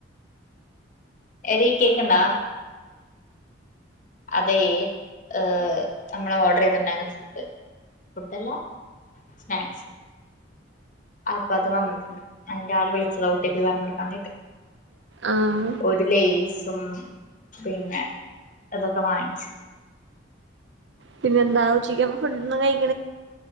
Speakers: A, on the left; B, on the right.
A: എടീ കേക്ക് ണ്ടാ അതെ ഏ നമ്മൾ ഓർഡർ ചെയ്തിണ്ടായിരുന്നു ഫുഡ് ഫുഡല്ല സ്നാക്സ് അപ്പൊ അത് വന്നിട്ടുണ്ട് അതിന്റെ ആൾ വിളിച്ചത ഒ ട്ടി പ്പി പറഞ്ഞൊടുക്കാൻ വേണ്ടിയിട്ട്
B: ആഹ്
A: ഒരു ലയിസ് പിന്നെ അതൊക്കെ വാങ്ങിച്ചു
B: പിന്നെ എന്താ ഉച്ചിക്കപ്പൊ ഫുഡൊന്നും കഴി